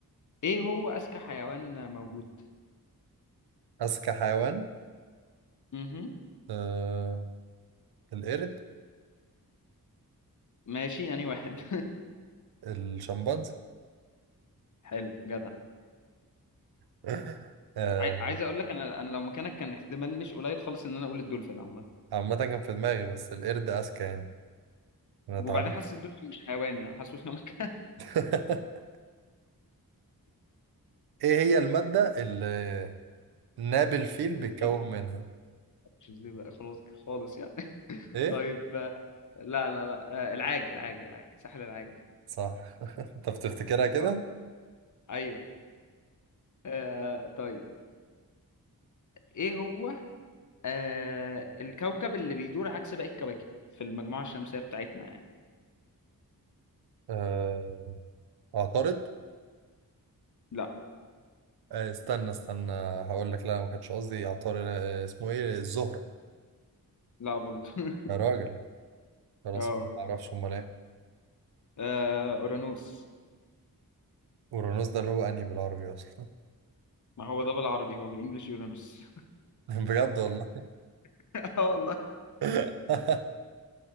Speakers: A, on the left (about 55°); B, on the right (about 85°).
A: ايه هو اذكى حيوان موجود
B: اذكى حيوان
A: امم
B: آه القرد
A: ماشي انهي واحد
B: الشمبانزي
A: <laughs> حلو جدع
B: <laughs> آه
A: عاي... عايز اقول لك انا انا لو مكانك كان احتمال مش قليل خالص ان انا اقول الدولفين عامة
B: عامة كان في دماغي بس القرد اذكى يعني انا اتعاملت
A: وبعدين حاسس الدولفين مش حيوان يعني حاسس ان أنا مكان
B: <laughs> ايه هي المادة اللي نابل فيل
A: <laughs>
B: بيتكون
A: الزيبق
B: منها
A: مش الزيبق خلاص خالص يعني <laughs>
B: ايه
A: طيب آه، لا لا لا آه، العاج العاج العاج ساحل العاج
B: صح <laughs> انت بتفتكرها كده
A: اه ايوه آه طيب ايه هو آه الكوكب اللي بيدور عكس باقي الكواكب في المجموعة الشمسية بتاعتنا يعني
B: آه، اعترض
A: لا
B: آه، استنى استنى هقول لك لا ما كانش قصدي اعترض آه، اسمه ايه الزهرة
A: لا برضو <laughs>
B: يا راجل خلاص
A: اه
B: ما اعرفش امال ايه
A: آه، اورانوس
B: اورانوس ده اللي هو انهي بالعربي اصلا
A: ما هو ده بالعربي هو بالانجلش يورانوس
B: <laughs> بجد والله
A: <laughs> اه والله
B: <laughs>